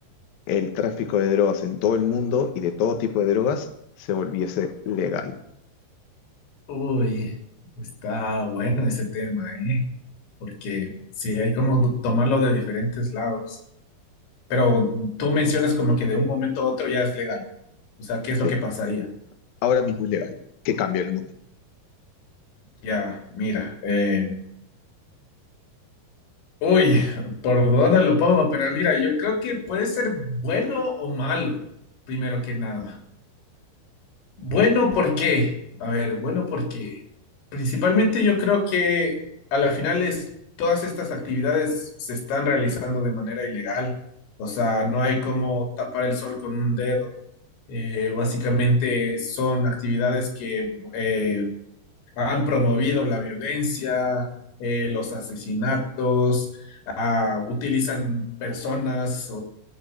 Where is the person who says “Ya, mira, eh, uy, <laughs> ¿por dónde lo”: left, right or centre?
Left